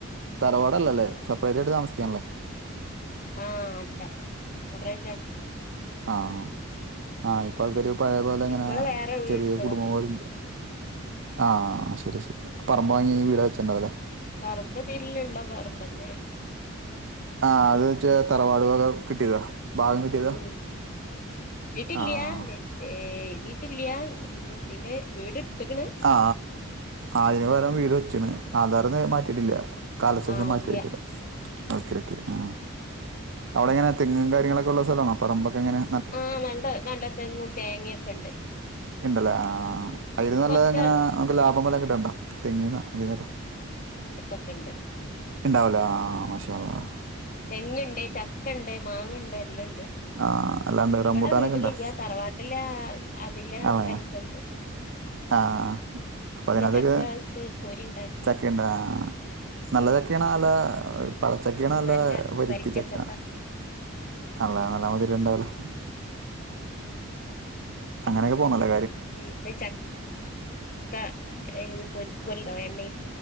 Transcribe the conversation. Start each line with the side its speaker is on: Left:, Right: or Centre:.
Right: തറവാട്ല്ലലേ സെപ്പറേറ്റ് ആയിട്ട് താമസിക്കാണ്ലൊ
Left: ആഹ് അല്ല സെപ്പറേറ്റ്ണ്
Right: ആഹ് ആഹ് ഇപ്പാൾക്കാര് പയേ പോലെ ങ്ങനെ
Left: നമ്മള് വേറെ വീടെടുത്തതാ
Right: ചെറ്യേ കുടുംബം പോലെ ആ ശരി ശരി പറമ്പ് വാങ്ങി ഈ വീട്ടെ വെച്ചിണ്ടൊലെ
Left: പറമ്പ് തില്ള്ള പറമ്പെന്നെ
Right: ആഹ് അത് വെച്ചാ തറവാടുവക കിട്ടിയതാ ഭാഗം കിട്ടിയതാ
Left: ഉം കിട്ടിയിട്ടില്ല
Right: ആഹ്
Left: എഴുതിയിട്ടില്ല പിന്നെ വീട് ഇട്ത്ത്ക്ണ്
Right: ആ ആയ്ന്പകരം വീട് വച്ചിണ് ആധാർന്ന് മാറ്റിട്ടില്ല. കാലശേഷം
Left: ആഹ്
Right: മാറ്റും
Left: ഇല്ല
Right: ആയികരം ഓക്കെ ഓക്കെ ആ അവിടെ എങ്ങനെ തെങ്ങും കാര്യങ്ങളൊക്കെ ള്ള സ്ഥലമാണോ പറമ്പൊക്കെങ്ങനെ
Left: ആഹ് നല്ല നല്ല തെങ്ങും തേങ്യോക്കെണ്ട്.
Right: ഇണ്ട് ലേ ആ ആ
Left: ഉം
Right: ഇത് നല്ലതെങ്ങനാ
Left: കൊറച്ച്
Right: നമ്ക്ക്‌ ലാഭം വല്ലോം കിട്ട്ണ്ടോ തെങ്ങിന് തിന്നൊക്കെ?
Left: ഒക്കെണ്ട്.
Right: ഇണ്ടാവൂലാ ആ മാഷാഅള്ളാഹ്
Left: തെങ്ങ്ണ്ട് ചക്കണ്ട് മാങ്ങണ്ട് എല്ലണ്ട്
Right: ആഹ് അല്ലാണ്ട്
Left: ഇവടെ
Right: റംബൂട്ടാനൊക്കെ
Left: വീട്ടിലില്ല
Right: ഇണ്ടോ
Left: തറവാട്ടിലെ അതിലെ
Right: ആഹ്
Left: സ്ഥലത്ത്ട്
Right: ആഹ് അപ്പതിനത്തൊക്ക
Left: ചക്ക ആയിട്ട് പൊരി ഉണ്ടാക്കി
Right: ചക്ക്ണ്ട ആ നല്ല ചക്കേണോ അല്ല പഴച്ചക്കേണോ
Left: ഉം
Right: അല്ല
Left: നല്ല
Right: വരിക്ക
Left: വരിക്കച്ചക്ക
Right: ചക്ക അല്ല നല്ലമധിരണ്ടാവുല്ലെ അങ്ങനൊക്കെ പോണ് ല്ലെ
Left: ഈടെ ചക്ക പൊരിക്കല്ലോ എണ്ണ